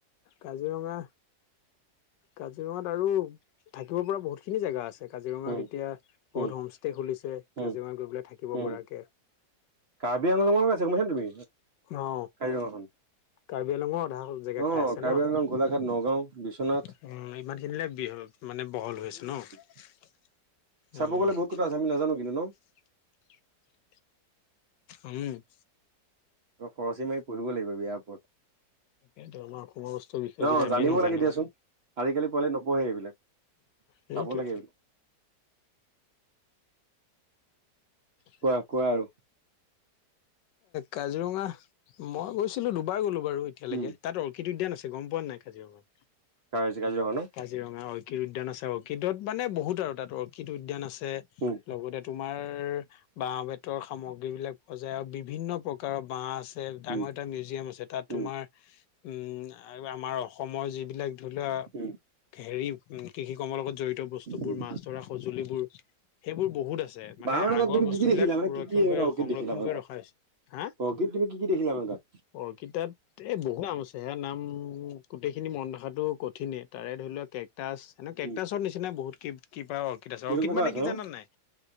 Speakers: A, on the left; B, on the right.
A: কাজিৰঙা কাজিৰঙাত আৰু থাকিব পৰা বহুত খিনি জেগা আছে কাজিৰঙাত
B: উম
A: এতিয়া বহুত
B: উম
A: হোম ষ্টে খুলিছে
B: উম
A: কাজিৰঙাত গৈ পেলাই থাকিব
B: উম
A: পৰাক
B: কাৰ্বি আংলঙৰো আছে গম পাইছা নে তুমি
A: অ
B: কাজিৰঙাখন
A: আৰু বেলঙৰ অধা জেগা
B: অ
A: খাই আছে
B: কাৰ্বি
A: ন উ
B: আংলং গোলাঘাট নগাঁও বিশ্বনাথ
A: ইমান খিনিলে বিহ মানে বহল হৈ আছে ন
B: <unintelligible>
A: উম
B: চাব গ'লে বহুত কথা আছে আমি নাজানো কিন্তু
A: উম
B: খৰচী মাৰি পঢ়িব লাগিব বিয়াৰ ওপৰত
A: তাকেইো আমাৰ সময় বস্তুৰ বিষয়ে
B: অ
A: যদি আমি
B: জানিব
A: নাজানো
B: লাগে দিয়াচোন
A: উ
B: আজিকালি পোৱালি নপঢ়ে এইবিলাক
A: সেইটোৱে
B: চাব লাগে <inaudible>
A: প
B: কোৱা
A: এ
B: কোৱা আৰু
A: কাজিৰঙা মই গৈছিলো দুবাৰ গ'লো বাৰু এতিয়ালৈকে
B: উম
A: তাত অৰ্কিড উদ্যান আছিল গম পোৱা নাই কাজিৰঙাত
B: কাজ কাজিৰঙা ন
A: কাজিৰঙা ঐক উদ্যান আছে অৰ্কিডত মানে বহুত আৰু তাত অৰ্কিড উদ্যান আছে
B: উম
A: লগতে তোমাৰ বাঁাহ বেতৰ সামগ্ৰী বিলাক পোৱা যায় আৰু বিভিন্ন প্ৰকাৰৰ বাঁাহ আছে আ ডাঙৰ
B: উম
A: এটা মিউজিয়াম আছে তাত
B: উম
A: তোমাৰ উম আৰু আমাৰ অসমৰ যিবিলাক ধৰি লোৱা
B: উম
A: হেৰি কৃষি কৰ্মৰ লগত জড়িত বস্তুবোৰ
B: উম
A: মাছ ধৰা সঁজুলিবোৰ সেইবোৰ বহুত আছে মানে
B: বাহ
A: আগ
B: তাত তুমি
A: বস্তু
B: কি কি
A: বিিলাক
B: দেখিলা মানে
A: সংুৰক্ষ
B: কি কি এনেকুৱা
A: কৰি
B: অৰ্কিড
A: সংৰক্ষণ
B: দেখিলা মানে
A: কৰি
B: তাত
A: ৰখা হৈছে হা
B: অৰ্কিড তুমি কি কি দেখিলা মানে তাত
A: অৰ্কিডত এ বহুত নাম আছে সেয়া নাম গোটেইখিনি মন ৰখাতটো কঠিনে তাৰে ধৰি লোৱা কে কেটাচ কেকটাচৰ
B: উম
A: নিচিনা বহুত কিবা অৰ্কিড আছে
B: কেনেকুৱা
A: অৰ্কিড মানে
B: আছে
A: কি
B: ন
A: জানা নাই